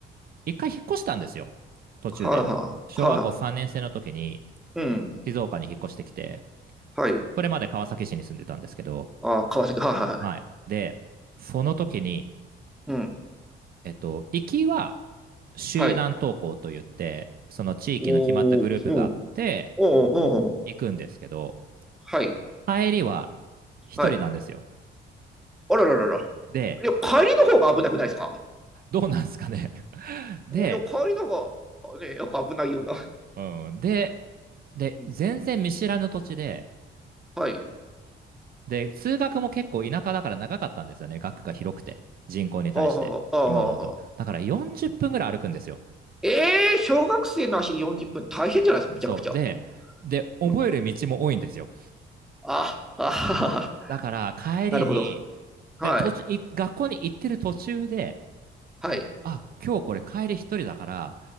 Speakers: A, on the right; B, in the centre.
A: 一回引っ越したんですよ。途中で。
B: はあ、はあ、
A: 小学校3年生の時に
B: はあ、うん。
A: 静岡に引っ越してきて、
B: はい。
A: それまで川崎市に住んでたんですけど、
B: あ、川崎、はあ、はあ、
A: はい。で、その時に、
B: うん。
A: えっと、行きは集団登校といって、
B: はい。
A: その地域の決まったグループがあって
B: おー、うん。おー、おー、おー
A: 行くんですけど、
B: はい。
A: 帰りは一人なんですよ。
B: はい。あらららら。
A: で、
B: いや、帰りの方が危なくないですか
A: どうなんですかね。<laughs> で、
B: いや、帰りの方が、ね、よく危ないような。
A: うん、で、で、
B: うん
A: 全然見知らぬ土地で、
B: はい。
A: で、通学も結構田舎だから長かったんですよね。学区が広くて、人口に対して、
B: はあ、はあ、はあ、
A: 今思うと。
B: は
A: だから40分ぐらい歩くんですよ。
B: えー小学生の足40分大変じゃないですか、むちゃくちゃ。
A: そう。で、で、覚える道も多いんですよ。
B: うん。あ、あはは、
A: だから帰りに、
B: なるほど。はい。
A: で、途中、い学校に行ってる途中で、
B: はい。
A: あ、今日これ帰り一人だから、